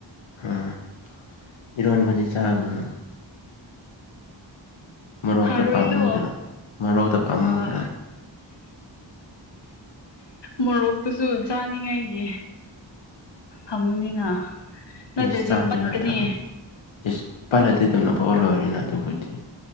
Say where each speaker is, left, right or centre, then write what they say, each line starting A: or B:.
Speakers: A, on the left; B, on the left.
A: ꯑꯝ ꯏꯔꯣꯟ ꯕꯗꯤ ꯆꯥꯒꯅꯣ ꯃꯣꯔꯣꯛꯇꯣ
B: ꯊꯔꯣꯏꯗꯣ
A: ꯄꯥꯝꯃꯨꯗ꯭ꯔꯣ ꯃꯔꯣꯛꯇꯣ ꯄꯥꯝꯃꯨꯗ꯭ꯔꯣ
B: ꯑꯥ ꯃꯣꯔꯣꯛꯇꯨꯁꯨ ꯆꯥꯅꯤꯡꯉꯥꯏꯒꯤ ꯍꯪꯃꯅꯤꯅ ꯅꯠꯇ꯭ꯔꯗꯤ
A: ꯏꯁ ꯆꯥꯅꯤꯡꯉꯥꯏ
B: ꯄꯠꯀꯅꯤ
A: ꯊꯝꯃꯦ ꯏꯁ ꯄꯜꯂꯗꯤꯗꯨꯝ ꯂꯧꯊꯣꯛ ꯑ ꯂꯣꯏꯔꯣꯅ ꯑꯗꯨꯕꯨꯗꯤ